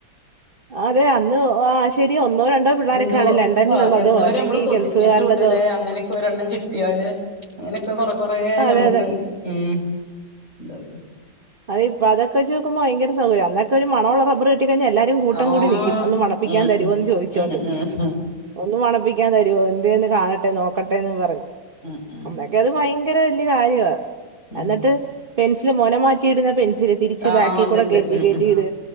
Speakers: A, on the right (about 35°); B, on the left (about 40°).
A: അതെ അന്ന് ആഹ് ശെര്യ ഒന്നോ, രണ്ടോ പിള്ളേരൊക്കെയാണ്
B: എന്തോ
A: ലണ്ടനിലുള്ളതോ
B: ആഹ് എന്തോരം
A: അല്ലെങ്കിൽ
B: മ്മള് കൊതിച്ചിട്ടുണ്ട്ല്ലേ
A: ഗൾഫുകാരുടേതോ
B: അങ്ങനെക്കെ ഒരണ്ണം കിട്ട്യാല്. അങ്ങനെക്കെ കൊറെ കൊറെ
A: അതെ
B: ഞമ്മക്ക്
A: അതെ
B: ഉം തായി
A: അത് ഇപ്പ അതെ വെച്ച് ക്കുമ്പോ ഭയങ്കര സൗകര്യാ അന്നക്കെ ഒര് മണോള്ള റബ്ബർ കിട്ടി കഴിഞ്ഞാ എല്ലാ കൂട്ടം
B: ആഹ്
A: കൂടി നിക്കും ഒന്ന് മണപ്പിക്കാൻ
B: ഉം
A: തരോന്ന് ചോയിച്ചോണ്ട്.
B: ഉം ഉം ഉം ഉം
A: ഒന്ന് മണപ്പിക്കാൻ തരോ എന്തേന്ന് കാണട്ടെ നോക്കട്ടെന്ന് പറഞ്ഞ്.
B: <unintelligible>
A: അന്നൊക്കെ അത് ഭയങ്കര വല്ല്യേ കാര്യ
B: ഉം
A: എന്നട്ട് പെൻസില് മോനമാറ്റിയിട്ന്ന പെൻസില് തിരിച്ച്
B: ആഹ്
A: ബാക്കി
B: അതുണ്ട്
A: കൂടെ കേറ്റി
B: ഉം
A: കേറ്റി
B: ഉം
A: ഇട്ക.